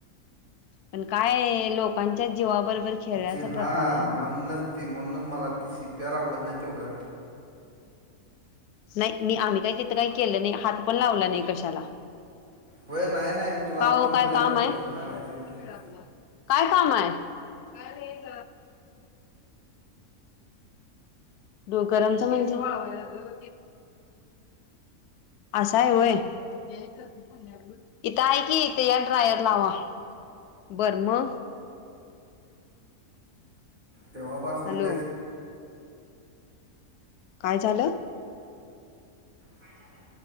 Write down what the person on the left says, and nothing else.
पण काय आहे, लोकांच्या जीवाबरोबर खेळायचा
प्रकार आहे
हा.
नाही मी आम्ही काही तिथं काही केलं नाही हात पण लावला नाही कशाला.
काहो
काय काम
आहे?
किती
वेळ लागणार? काय काम आहे? काय नाही. <unintelligible> डोकरमच म्हणजे वाळवायला लागल. अस आहे होय? इथं आहे कि इथे या ड्रायर लावा. बरं मग.
हॅलो.
काय झालं?